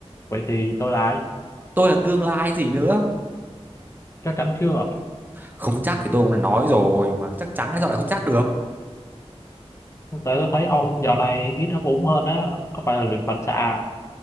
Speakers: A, on the left; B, on the right.
A: Vậy thì tôi là ai?
B: tôi là tương lai gì nữa
A: Chắc chắn chưa?
B: không chắc thì tôi cũng đã nói rồi mà chắc chắn hay sao lại không chắc được
A: Tại tôi thấy ông dạo này ít ấp úng hơn á, có phải là luyện phản xạ à?